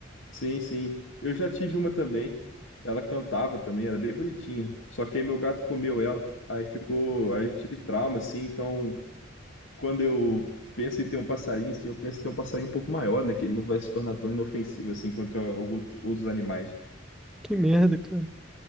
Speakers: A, on the left; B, in the centre.
A: Sim, sim. Eu já tive uma também. Ela cantava também, era bem bonitinha. Só que aí meu gato comeu ela. Aí ficou. Aí eu tive trauma, assim, então quando eu penso em ter um passarinho, assim, eu penso em ter um passarinho um pouco maior, né? Que ele não vai se tornar tão inofensivo assim quanto a- algu- outros animais.
B: Que merda, cara.